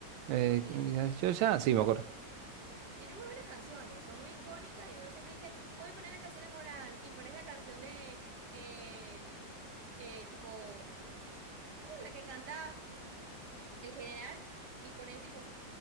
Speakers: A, on the right; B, on the right.
A: Eh,
B: Sí.
A: que me digas, yo ya. Sí, me acuerdo.
B: tiene muy buenas canciones, son muy icónicas y uno siempre dice, voy a poner la canción de Mulan y pones la canción de, eh, eh, tipo, ay, la que canta el general y con ellos tipo,